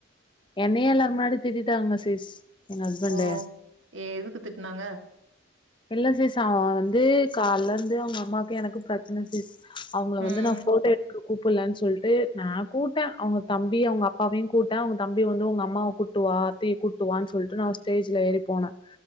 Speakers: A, on the left; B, on the right.
A: என்னையே எல்லார் முன்னாடிய திட்டிடாங்க சிஸ் எங்க ஹஸ்பண்ட
B: ஓ! எதுக்கு திட்டுனாங்க?
A: இல்ல சிஸ் அவே வந்து கால்லருந்தே அவங்க அம்மா <unintelligible>
B: ம்,
A: சொல்லிட்டு நான் கூட்டேன் அவங்க தம்பி அவங்க அப்பாவையும் கூட்டேன் அவங்க தம்பி வந்து உங்க அம்மாவை கூட்டுவா அத்தையை கூட்டுவான்னு சொல்லிட்டு நான் ஸ்டேஜ்ல ஏறி போனேன்